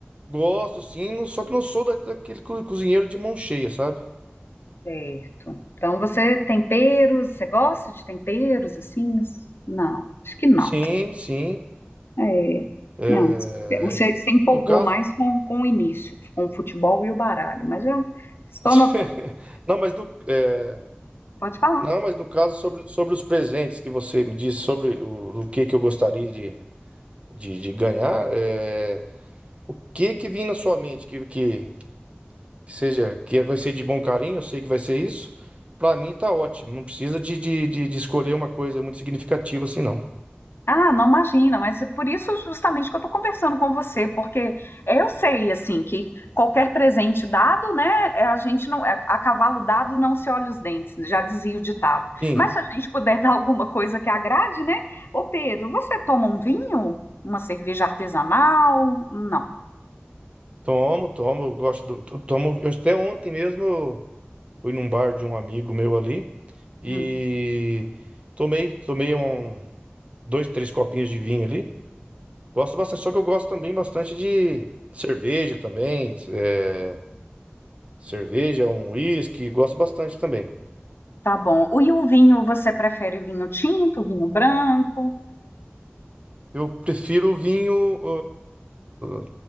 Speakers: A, on the right (about 30°); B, on the left (about 65°).
A: gosto, sim, não- só que não sou da- daquele co- cozinheiro de mão cheia, sabe?
B: Certo. Então você é temperos, você gosta de temperos assim? Não, acho que não.
A: Sim, sim.
B: É,
A: É,
B: não, você se empolgou
A: No caso,
B: mais com, com o início, com o futebol e o baralho, mas já estou
A: <laughs>
B: notando.
A: Não, mas no, é,
B: Pode falar.
A: não, mas no caso sobre, sobre os presentes que você me disse sobre o, o que que eu gostaria de, de, de ganhar, é, o que que vem na sua mente que, que, que seja que vai ser de bom carinho, eu sei que vai ser isso. Pra mim tá ótimo, não precisa de, de, de, de escolher uma coisa muito significativa assim não.
B: Ah, não imagina, mas é por isso justamente que eu estou conversando com você, porque eu sei assim que qualquer presente dado, né, é, a gente não é, a cavalo dado não se olha os dentes, já dizia o ditado.
A: Sim,
B: Mas se a gente puder <laughs> dar alguma coisa que agrade, né? Ô Pedro, você toma um vinho? Uma cerveja artesanal? Não.
A: tomo, tomo, eu gosto do to- tomo. Eu, até ontem mesmo eu fui num bar de um amigo meu ali e
B: Hum,
A: tomei, tomei um dois, três copinhos de vinho ali. Gosto bastante, só que eu gosto também bastante de cerveja também. é, cerveja, um uísque, gosto bastante também.
B: tá bom. E o vinho, você prefere vinho tinto, vinho branco?
A: Eu prefiro vinho ah,